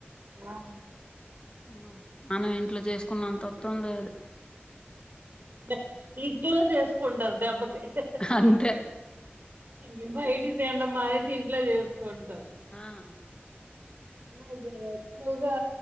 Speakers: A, on the right (about 50°); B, on the left (about 25°).
A: ఆ
B: అ మనం ఇంట్లో చేసుకున్నంత ఉత్తం లేదు.
A: య ఇంట్లో చేసుకుంటారు. దెబ్బకి హ్హ్హ్
B: అంతే
A: ఎక బయటి తినడం మానేసి ఇంట్లో చేసుకుంటారు.
B: ఆ
A: అదే ఎక్కువుగా